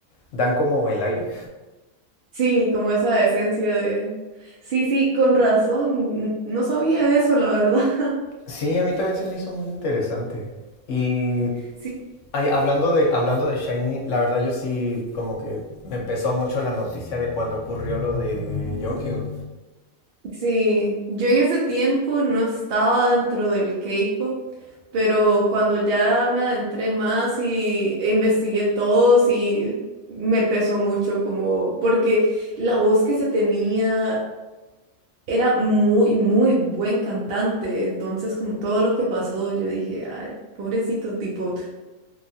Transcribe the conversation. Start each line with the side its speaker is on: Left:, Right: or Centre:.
Left: dan como el aire.
Right: Sí, como esa esencia de... Sí, sí, con razón. No sabía eso, la verdad. <laughs>
Left: Sí, a mí también se me hizo muy interesante. Y
Right: Sí,
Left: ay, hablando de, hablando de Shiny, la verdad yo sí como que me pesó mucho la noticia de cuando ocurrió lo de Jonghyun.
Right: Sí, yo en ese tiempo no estaba dentro del K-pop, pero cuando ya me adentré más y investigué todo, sí me pesó mucho, como porque la voz que se tenía era muy, muy buen cantante. Entonces, como todo lo que pasó, yo dije, ay, pobrecito, tipo,